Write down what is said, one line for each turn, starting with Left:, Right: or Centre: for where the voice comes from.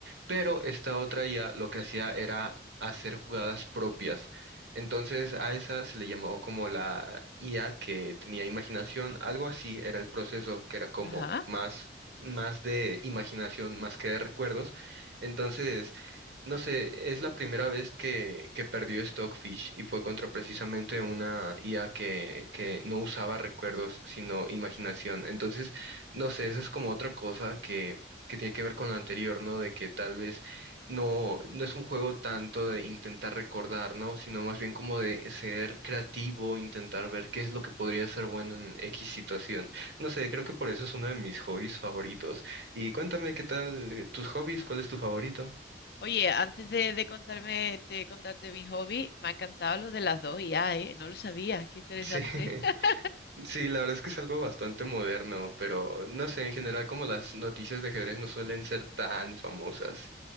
Right: Pero esta otra IA lo que hacía era hacer jugadas propias. Entonces a esa se le llamó como la IA que tenía imaginación, algo así era el proceso, que era como
Left: Ajá.
Right: más, más de imaginación, más que de recuerdos. Entonces no sé, es la primera vez que, que perdió Stockfish y fue contra precisamente una IA que, que no usaba recuerdos, sino imaginación. Entonces, no sé, esa es como otra cosa que, que tiene que ver con la anterior, ¿no? De que tal vez no, no es un juego tanto de intentar recordar, ¿no? Sino más bien como de ser creativo, intentar ver qué es lo que podría ser bueno en X situación. No sé, creo que por eso es uno de mis hobbies favoritos. Y cuéntame, ¿qué tal tus hobbies? ¿Cuál es tu favorito?
Left: Oye, antes de, de contarme, de contarte mi hobby, me ha encantado lo de las dos IA, ¿eh? No lo sabía, qué interesante.
Right: Sí, <laughs>
Left: <laughs>
Right: sí, la verdad es que es algo bastante moderno, pero no sé, en general como las noticias de ajedrez no suelen ser tan famosas.